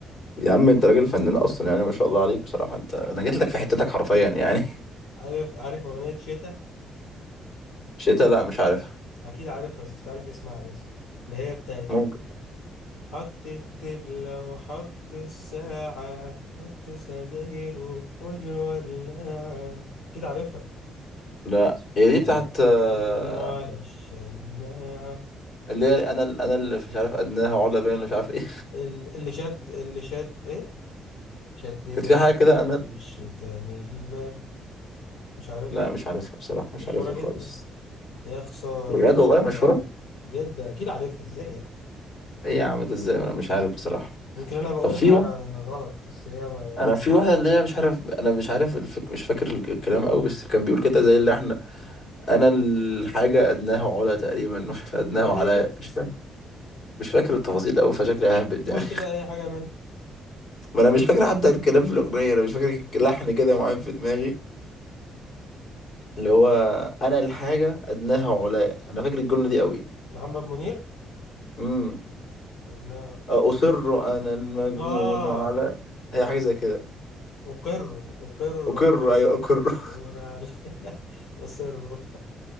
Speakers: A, on the left (about 55°); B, on the left (about 80°).
A: يا عم انت راجل فنان اصلا يعني ما شاء الله عليك بصراحه انت انا جيت لك في حتتك حرفيا يعني
B: عارف عارف اغنيه شتا
A: <laughs> شتا لا مش عارفها
B: اكيد عارفها بس أنت مش عارف اسمها بس اللي هي بتاعت
A: ممكن
B: حط الدبله وحط الساعه حط سجايره والولاعه كده عارفها
A: لا هي
B: علق
A: دي بتاعت آه،
B: حلمه على الشماعه
A: اللي هي انا انا اللي مش عارف ادناه علا باين ولا مش عارف ايه
B: ال- اللي شد اللي شد ايه شد
A: <laughs>
B: لحنا
A: كانت في حاجه كده انا
B: في الشتاء من البرد مش عارفها
A: لا مش عارفها بصراحه مش
B: مشهورة
A: عارفها
B: جدا
A: خالص
B: يا خسارة
A: بجد
B: كنت
A: والله مشهوره
B: بعرفها جدا أكيد عارفها إزاي يعني
A: ايه يا عم ده ازاي انا مش عارف بصراحه
B: ممكن أنا بقولها
A: طب في واحد
B: غلط بس هي ما-
A: انا في واحده اللي هي مش عارف انا مش عارف الفك... مش فاكر الكلام قوي بس كان بيقول كده زي اللي انا الحاجه ادناه علا تقريبا <laughs> ادناه
B: إيه إيه
A: على
B: إيه
A: مش فاكر مش فاكر التفاصيل قوي فشكلي ههبد
B: قول
A: يعني
B: كده أي حاجة من
A: ما انا مش فاكر حتى الكلام في الاغنيه انا مش فاكر لحن كده معين في دماغي اللي هو انا الحاجه ادناه علاء انا فاكر الجمله دي قوي
B: محمد منير
A: امم
B: أدنى
A: اصر انا المجنون
B: آه
A: على هي حاجه زي كده
B: أقر أقر
A: اقر
B: أنا
A: ايوه
B: المذكور
A: اقر <laughs>
B: على <laughs> أصر